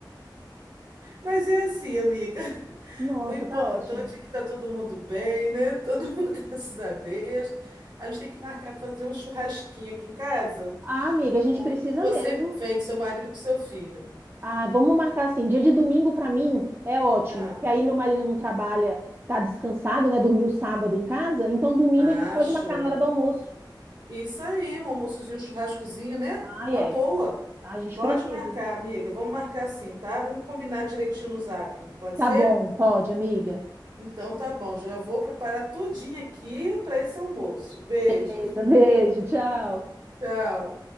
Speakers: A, on the right; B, on the right.
A: Mas é assim, amiga. <laughs>
B: Nossa,
A: O importante
B: tá ótimo.
A: é que tá todo mundo bem, né? Todo mundo, <laughs> graças a Deus. A gente tem que marcar pra fazer um churrasquinho aqui em casa.
B: Ah, amiga, a gente
A: Aí
B: precisa
A: você
B: mesmo.
A: vem com seu marido, com seu filho.
B: Ah, vamos marcar assim, dia de domingo pra mim é ótimo,
A: Ah.
B: porque aí meu marido não trabalha, tá descansado, né? Dormiu sábado em casa, então domingo
A: Ah,
B: a gente pode
A: show.
B: marcar na hora do almoço.
A: Isso aí, um almoçozinho, um churrascozinho, né?
B: Ah,
A: Uma
B: é.
A: boa.
B: Ah, A gente
A: Pode
B: precisa.
A: marcar, amiga. Vamos marcar assim, tá? Vamos combinar direitinho no Zap. Pode
B: Tá
A: ser?
B: bom, pode, amiga.
A: Então tá bom. Já vou preparar tudinho aqui para esse almoço. Beijo.
B: Beleza,
A: <laughs>
B: beijo, tchau.
A: Tchau.